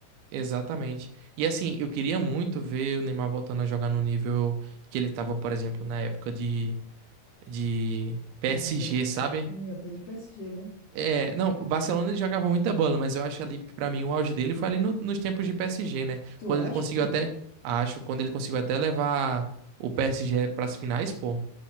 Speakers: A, on the right (about 80°); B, on the left (about 45°).
A: Exatamente. E assim, eu queria muito ver o Neymar voltando a jogar no nível que ele tava, por exemplo, na época de de PSG,
B: De Barcelona,
A: sabe?
B: sim, até de PSG, né?
A: É, não, o Barcelona ele jogava muita bola, mas eu acho ali que pra mim o auge dele foi ali no- nos tempos de PSG, né?
B: Tu
A: Quando
B: acha,
A: ele conseguiu
B: mano?
A: até, acho, quando ele conseguiu até levar o PSG pras finais, pô.